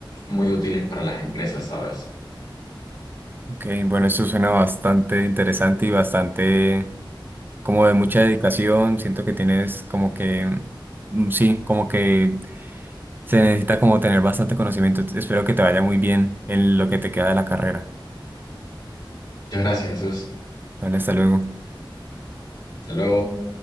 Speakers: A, on the left; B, on the right.
A: muy útiles para las empresas, ¿sabes?
B: Ok, bueno, esto suena bastante interesante y bastante como de mucha dedicación, siento que tienes como que, mm, sí, como que se necesita como tener bastante conocimiento. Espero que te vaya muy bien en lo que te queda de la carrera.
A: Muchas gracias, Jesús.
B: Vale, hasta luego.
A: Hasta luego.